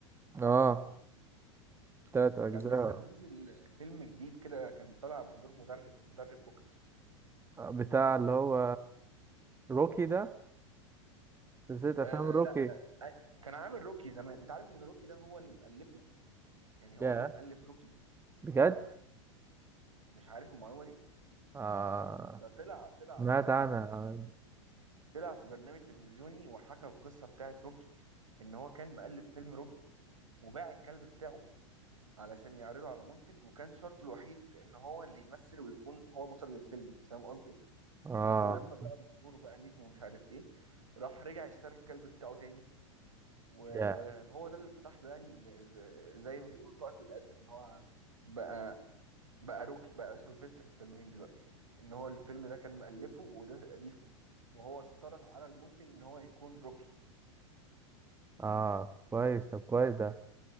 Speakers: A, on the right; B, on the right.
A: اه تلات اجزاء
B: كان لسه منزل فيلم جديد كده كان طالع بدور مدرب مدرب بوكس
A: آه، بتاع اللي هو روكي ده سلسلة افلام
B: آه
A: روكي
B: لا آه كان عامل روكي زمان انت عارف ان روكي ده هو اللي مؤلفه يعني هو
A: يا
B: اللي مؤلف روكي
A: بجد
B: مش عارف المعلومة دي
A: اه
B: ده طلع طلع
A: سمعت
B: في
A: عنها
B: طلع في برنامج تلفزيوني وحكى القصة بتاعت روكي ان هو كان مؤلف فيلم روكي وباع الكلب بتاعه علشان يعرضه على منتج وكان شرطه الوحيد ان هو اللي يمثل ويكون هو بطل الفيلم فاهم قصدي
A: اه
B: ولما بقى مشهور بقى نجم ومش عارف ايه راح رجع اشترى الكلب بتاعه تاني وهو
A: يا
B: ده اللي فتح له يعني ال- ال- زي ما بيقولوا طاقة القدر ان هو بقى بقى روكي بقى سيلفستر ستالوني دلوقتي ان هو الفيلم ده كان مؤلفه وده تأليفه وهو اشترط على المنتج ان هو يكون روكي
A: اه كويس طب كويس ده